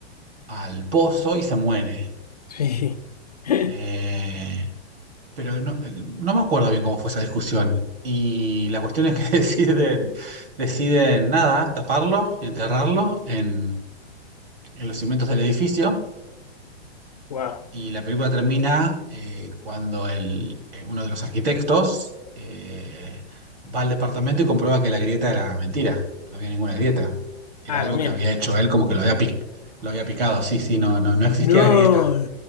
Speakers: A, on the right; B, on the left.
A: al pozo y se muere.
B: sí. <laughs>
A: Eh, Pero no, eh, no me acuerdo bien cómo fue esa discusión. Y la cuestión es que <laughs> deciden, deciden nada, taparlo, enterrarlo en, en los cimientos del edificio.
B: Wow.
A: Y la película termina eh, cuando el, eh, uno de los arquitectos eh, va al departamento y comprueba que la grieta era mentira. No había ninguna grieta. Era
B: Ah,
A: algo
B: la mierda.
A: que había hecho él, como que lo había, pic- lo había picado. Sí, sí, no, no, no existía
B: No.
A: la grieta.